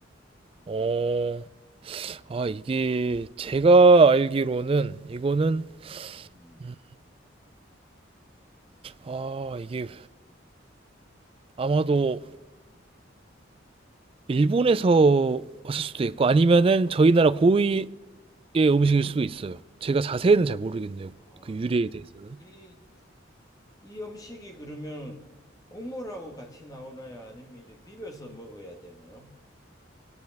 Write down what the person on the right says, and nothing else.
어, 아, 이게 제가 알기로는 이거는
음, 아, 이게 아마도 일본에서 왔을 수도 있고 아니면은 저희 나라 고유의 음식일 수도 있어요. 제가 자세히는 잘 모르겠네요.
그 유래에 대해서는.